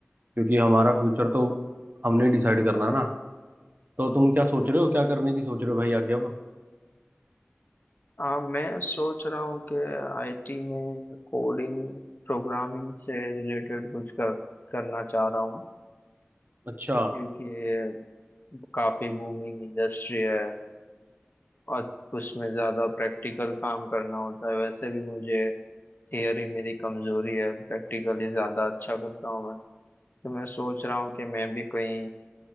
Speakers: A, on the right; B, on the left.
A: क्योंकि हमारा फ्यूचर तो हमने डिसाइड करना ना तो तुम क्या सोच रहे हो क्या करने की सोच रहे हो भाई आगे अब
B: आ, मैं सोच रहा हूँ कि आईटी में कोडिंग प्रोग्रामिंग से रिलेटेड कुछ कर करना चाह रहा हूँ
A: अच्छा
B: क्योंकि ये काफी बूमिंग इंडस्ट्री है और उसमें ज्यादा प्रैक्टिकल काम करना होता है वैसे भी मुझे थियरी मेरी कमजोरी है प्रैक्टिकली ज्यादा अच्छा करता हूँ मैं तो मैं सोच रहा हूँ कि मैं भी कोई